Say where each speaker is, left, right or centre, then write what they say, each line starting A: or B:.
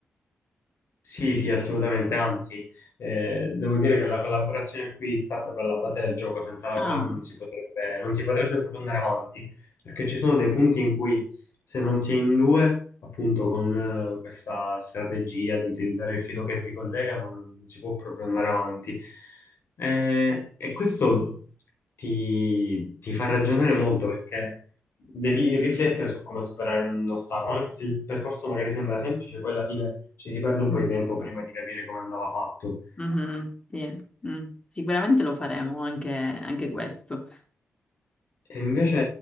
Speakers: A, on the left; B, on the left.
A: Sì, sì, assolutamente, anzi, eh, devo dire che la collaborazione qui sta proprio alla base del gioco, senza la
B: Ah.
A: quale non si potrebbe, non si potrebbe proprio andare avanti, perché ci sono dei punti in cui se non si è in due, appunto con eh, questa strategia di utilizzare il filo che vi collega, non, non si può proprio andare avanti. Eh, e questo ti, ti fa ragionare molto perché devi riflettere su come superare un ostacolo, anche se il percorso magari sembra semplice, poi alla fine ci si perde un
B: mm.
A: po' di tempo prima di capire come andava fatto.
B: Mhm, sì, mm. Sicuramente lo faremo anche, anche questo.
A: E invece